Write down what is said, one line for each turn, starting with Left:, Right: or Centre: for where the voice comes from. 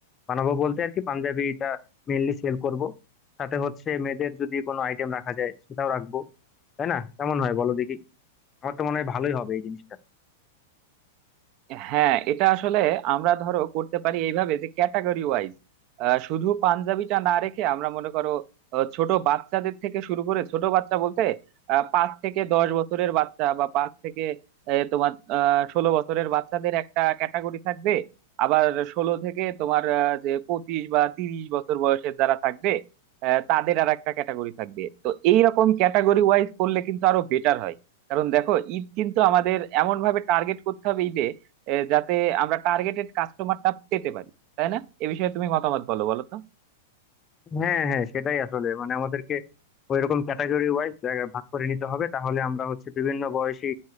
Left: বানাবো বলতে আর কি পাঞ্জাবিটা মেইনলি সেল করব সাথে হচ্ছে মেয়েদের যদি কোনো আইটেম রাখা যায় সেটাও রাখবো তাই না কেমন হয় বলো দেখি আমার তো মনে হয় ভালোই হবে এই জিনিসটা
Right: হ্যাঁ এটা আসলে আমরা ধরো করতে পারি এইভাবে যে ক্যাটাগরি ওয়াইজ শুধু পাঞ্জাবিটা না রেখে আমরা মনে করো আহ, ছোট বাচ্চাদের থেকে শুরু করে ছোট বাচ্চা বলতে আহ, পাঁচ থেকে দশ বছরের বাচ্চা বা পাঁচ থেকে আহ, তোমার আহ, ষোলো বছরের বাচ্চাদের একটা ক্যাটাগরি থাকবে আবার ষোলো থেকে তোমার আহ, যে পঁচিশ বা তিরিশ বছর বয়সের যারা থাকবে আহ, তাদের আর একটা ক্যাটাগরি থাকবে তো এইরকম ক্যাটাগরি ওয়াইজ করলে কিন্তু আরো বেটার হয় কারণ দেখো ঈদ কিন্তু আমাদের এমন ভাবে টার্গেট করতে হবে ঈদে এ, যাতে আমরা টার্গেটেড কাস্টমারটা পেতে পারি তাই না এ বিষয়ে তুমি মতামত বলো বলো তো
Left: হ্যাঁ হ্যাঁ সেটাই আসলে মানে আমাদেরকে ওইরকম ক্যাটাগরি ওয়াইজ ভাগ করে নিতে হবে তাহলে আমরা হচ্ছে বিভিন্ন বয়সী